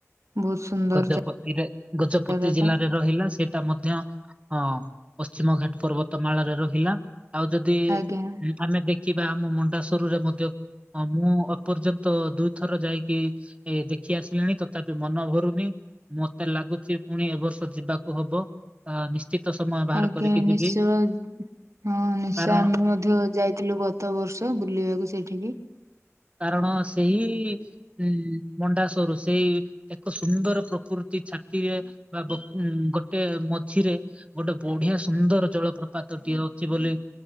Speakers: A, on the right; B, on the right.
A: ବହୁତ ସୁନ୍ଦର
B: ଗଜପତିରେ ଗଜପତି
A: ଜାଗା
B: ଜିଲ୍ଲାରେ
A: ଟା
B: ରହିଲା ସେ ଟା ମଧ୍ୟ ଅ ପଶ୍ଚିମ ଘାଟ ପର୍ବତମାଳରେ ରହିଲା। ଆଉ ଯଦି
A: ଆଜ୍ଞା
B: ଆମେ ଦେଖିବା ଆମ ମଣ୍ଡା ସରୁରେ ମଧ୍ୟ ହଁ ମୁଁ ଏପର୍ଯ୍ୟନ୍ତ ଦୁଇଥର ଯାଇକି ଏ ଦେଖି ଆସିଲିଣି ତଥାପି ମନଭରୁ ମତେ ଲାଗୁଚି ପୁଣି ଏବ ବର୍ଷ ଯିବାକୁ ହବ। ହଁ ନିଶ୍ଚିତ ସମୟ ବାହାର
A: ଆଜ୍ଞା
B: କରିକି
A: ନିଶ୍ଚୟ।
B: ଯିବି।
A: ହଁ ନିଶ୍ଚୟ
B: କାରଣ
A: ଆମେ ମଧ୍ୟ ଯାଇଥିଲୁ ଗତ ବର୍ଷ ବୁଲିବାକୁ ସେଇଠିକି।
B: କାରଣ ସେଇ ଉଁ ମଣ୍ଡାସରୁ ସେଇ ଏକ ସୁନ୍ଦର ପ୍ରକୃତି ଛାତିରେ ବା ବକ ଗୋଟେ ମଝିରେ ଗୋଟେ ବଢିଆ ସୁନ୍ଦର ଜଳପ୍ରପାତ ଟିଏ ଅଛି ବୋଲି